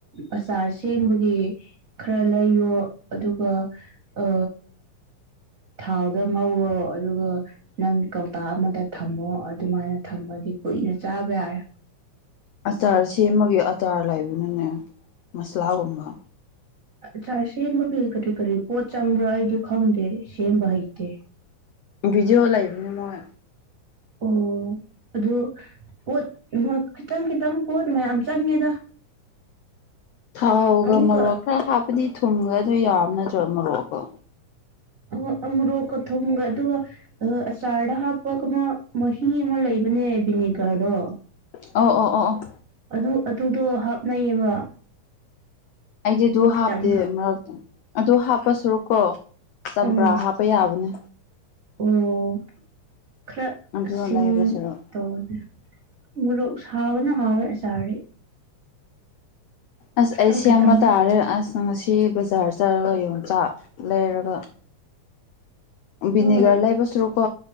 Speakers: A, on the right (about 70°); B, on the left (about 85°).
A: ꯑꯆꯥꯔ ꯁꯦꯝꯕꯒꯤ ꯈꯔ ꯂꯩꯌꯣ ꯑꯗꯨꯒ ꯑ ꯊꯥꯎꯗ ꯉꯧꯔꯣ ꯑꯗꯨꯒ ꯅꯪ ꯀꯧꯇꯥ ꯑꯃꯗ ꯊꯝꯃꯣ ꯑꯗꯨꯃꯥꯏꯅ ꯊꯝꯕꯗꯤ ꯀꯨꯏꯅ ꯆꯥꯕ ꯌꯥꯔꯦ
B: ꯑꯆꯥꯔ ꯁꯦꯝꯃꯒꯤ ꯑꯇꯥꯔ ꯂꯩꯕꯅꯅꯦ ꯃꯁꯂꯥꯒꯨꯝꯕ
A: ꯆꯔ ꯁꯦꯝꯕꯒꯤ ꯀꯔꯤ ꯀꯔꯤ ꯄꯣꯠ ꯆꯪꯕ꯭ꯔꯥ ꯑꯩꯗꯤ ꯈꯪꯗꯦ ꯁꯦꯝꯕ ꯍꯩꯇꯦ
B: ꯕꯤꯗꯤꯑꯣ ꯂꯩꯥꯏ ꯄ ꯃꯣꯏ
A: ꯑꯣ ꯑꯗꯨꯗꯣ ꯀꯣꯠ ꯈꯤꯇꯪ ꯈꯤꯇꯪ ꯀꯣꯠ ꯃꯌꯥꯝ ꯆꯪꯉꯦꯗ
B: ꯊꯥꯎꯒ
A: ꯑꯃꯨꯛꯀ
B: ꯃꯣꯔꯣꯛ ꯈꯔ ꯍꯥꯞꯄꯗꯤ ꯊꯨꯝꯒ ꯑꯗꯨ ꯌꯥꯎꯔꯝ ꯅꯠꯇ꯭ꯔꯣ ꯃꯣꯔꯣꯛꯀꯣ
A: ꯑꯣ ꯑꯃꯨꯔꯣꯛꯀ ꯊꯨꯝꯃꯒ ꯑꯗꯨꯒ ꯑ ꯑꯆꯥꯥꯔ ꯍꯥꯞꯄꯒ ꯃꯥ ꯃꯍꯤ ꯑꯃꯥ ꯂꯩꯕꯅꯦ ꯕꯤꯅꯦꯒꯔꯗꯣ
B: ꯑꯣ ꯑꯣ ꯑꯣ ꯑꯣ
A: ꯑꯗꯨ ꯑꯗꯨꯗꯣ ꯍꯥꯞꯅꯩꯌꯦꯕ
B: ꯑꯩꯗꯤ ꯑꯗꯨ ꯍꯥꯞꯇꯦ
A: ꯈꯤꯇꯪ ꯍꯥꯞ
B: ꯃꯔꯛꯇ ꯑꯗꯨ ꯍꯥꯞꯄ ꯁꯔꯨꯛꯀꯣ ꯆꯝꯄ꯭ꯔꯥꯄ
A: ꯎꯝ
B: ꯌꯥꯕꯅꯦ
A: ꯑꯣ ꯈꯔ
B: ꯑꯗꯨ
A: ꯁꯤꯟ
B: ꯂꯩꯕ ꯁꯔꯨꯛ
A: ꯇꯧꯔꯗ‌ꯦ ꯃꯣꯔꯣꯛ ꯁꯥꯕꯅ ꯍꯥꯎꯋꯦ ꯑꯆꯥꯔꯗꯤ
B: ꯑꯁ
A: ꯈꯤꯇꯪ
B: ꯑꯩ ꯁꯦꯝꯕ
A: ꯈꯤꯇꯪ
B: ꯇꯥꯔꯦ ꯑꯁ ꯉꯁꯤ ꯕꯖꯥꯔ ꯆꯠꯔꯒ ꯌꯣꯡꯆꯥꯛ ꯂꯩꯔꯒ ꯕꯤꯅꯦꯒꯔ
A: ꯍꯣꯏ
B: ꯂꯩꯕꯁꯨ ꯔꯨꯀꯣ